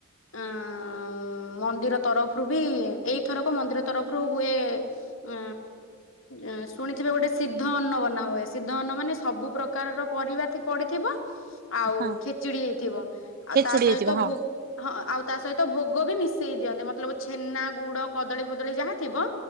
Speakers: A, on the left (about 70°); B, on the right (about 45°).
A: ଆଁ ମନ୍ଦିର ତରଫରୁ ବି ଏଇଥରକ ମନ୍ଦିର ତରଫରୁ ହୁଏ ଅଁ ଅଁ ଶୁଣିଥିବେ ଗୋଟେ ସିଦ୍ଧ ଅନ୍ନ ବନା ହୁଏ ସିଦ୍ଧ ଅନ୍ନ ମାନେ ସବୁ ପ୍ରକାର କାରର ପରିବା ଥି ପଡିଥିବ ଆଉ
B: ହଁ
A: ଖିଚିଡି ହେଇଥିବ ଆଉ
B: ଖେଚୁଡି
A: ତା ସହିତ
B: ହେଇଥିବ ହଁ
A: ଭୋ ହଁ ଅ ଆଉ ତା ସହିତ ଭୋଗ ବି ମିଶେଇ ଦିଅନ୍ତି ମତଲବ ଛେନା ଗୁ କଦଳୀ ଫଦଳୀ ଯାହା ଥିବ